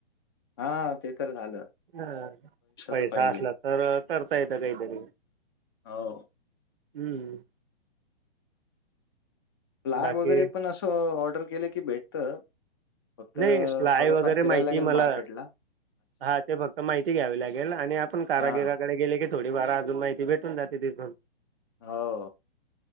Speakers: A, on the left (about 25°); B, on the right (about 60°).
A: हा ते तर झालं.
B: हा पैसा
A: तर पाहिजे
B: असला तर करता येतं काहीतरी.
A: हाव.
B: हम्म.
A: प्लाय
B: बाकी
A: वगैरे पण असं ऑर्डर केलं की भेटत. फक्त
B: नाही प्लाय
A: थोडंफार
B: वगैरे
A: फिरायला
B: माहिती
A: लागेल
B: मला
A: मार्केट ला.
B: हा ते फक्त माहिती घ्यावी लागेल, आणि आपण कारागिराकडे
A: हा
B: गेले की थोडी वार अजून माहिती भेटून जाते तिथून.
A: हो.